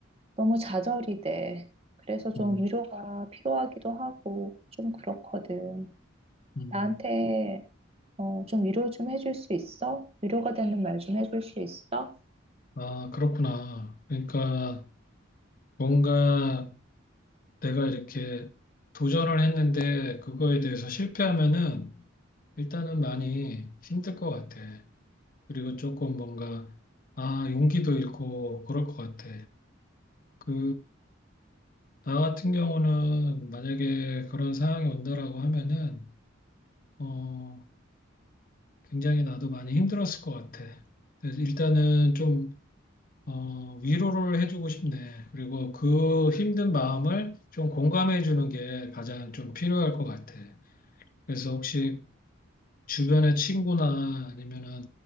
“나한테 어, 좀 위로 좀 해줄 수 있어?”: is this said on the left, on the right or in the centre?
Right